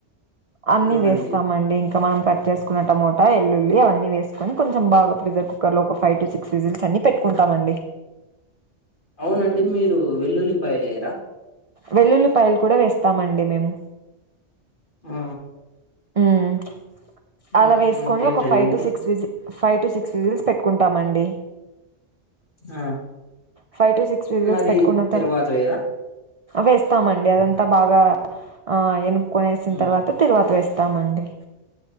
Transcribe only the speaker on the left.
ఆ
అండి
అవునండి మీరు వెల్లుల్లిపాయలు వేయర.
ఆ.
మ్మ్
ఇంకేంటండి
ఆ
మరి
తిరువాత వేయరా
మ్మ్